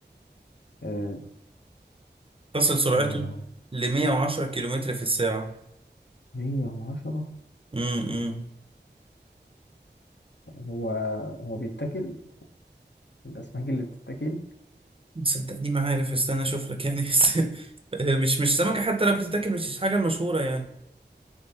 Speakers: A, on the left (about 75°); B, on the right (about 30°).
A: آه،
B: تصل سرعته
A: آه،
B: ل 110 كيلومتر في الساعة
A: 110
B: امم
A: هو هو بيتاكل الاسماك اللي بتتاكل
B: صدقني ما عارف استنى اشوف لك يعني <laughs> بس آه، مش مش سمكة حتى لو بتتاكل مش الحاجة المشهورة يعني